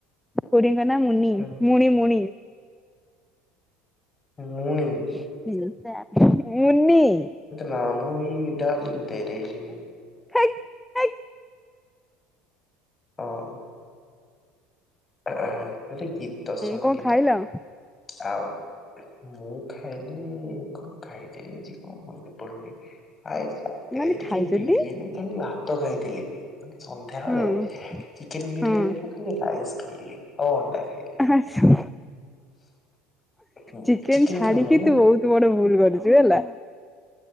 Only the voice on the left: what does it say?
ହୁଁ,
ମୁଣିି?
ନାମ ମୁଇ ଡ଼ାଲିଙ୍ଗ। ତେରେଲିଏ।
ହଁ। ଗୋଟେ ଗୀତ ସଙ୍ଗୀତ
ଆଉ। ମୁଁ ଖାଇଲି କଣ ଖାଇଥିଲି ଆଜି କଣ ମନେ ପଡୁନି। ଆ ରାତିରେ
ଟିକେ
ବିରିୟାନୀ ଖାଲି ଭାତ ଖାଇଥିଲି ସନ୍ଧ୍ୟାବେଳେ
ଚିକେନ ବିରିୟାନୀର
ଖାଲି ରାଇସ୍ ଖାଇଲି ଆଉ ଅଣ୍ଡା ଖାଇଲି।
ହୁଁ
ଖାଉନି ନା